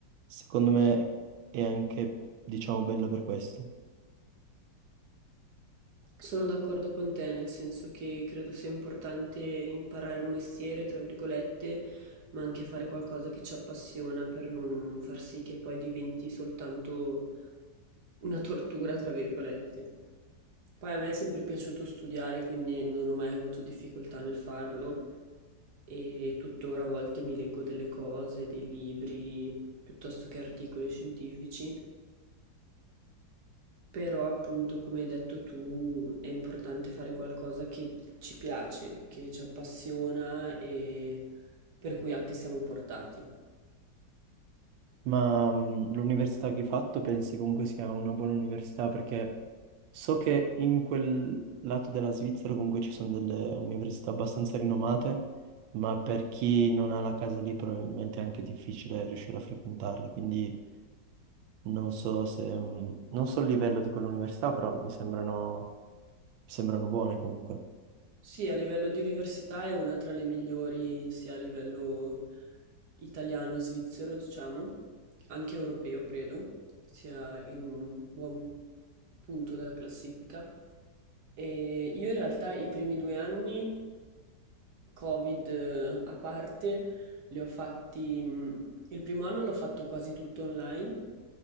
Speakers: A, on the right; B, on the right.
A: secondo me è anche, diciamo, bello per questo.
B: Sono d'accordo con te, nel senso che credo sia importante imparare un mestiere, tra virgolette, ma anche fare qualcosa che ci appassiona per non far sì che poi diventi soltanto una tortura, tra virgolette. Poi a me è sempre piaciuto studiare, quindi non ho mai avuto difficoltà nel farlo e tuttora a volte mi leggo delle cose, dei libri, piuttosto che articoli scientifici però appunto, come hai detto tu, è importante fare qualcosa che ci piace, che ci appassiona e per cui anche siamo portati.
A: Ma mh, l'università che hai fatto pensi comunque sia una buona università? Perché so che in quel lato della Svizzera comunque ci sono delle università abbastanza rinomate, ma per chi non ha la casa lì probabilmente è anche difficile riuscire a frequentarle. Quindi non so se, mh, non so il livello di quell'università, però mi sembrano, mi sembrano buone comunque.
B: Sì, a livello di università è una tra le migliori, sia a livello italiano e svizzero, diciamo, anche europeo, credo, sia in un buon punto della classifica. E io in realtà i primi due anni Covid eh, a parte, li ho fatti, mh, il primo anno l'ho fatto quasi tutto online,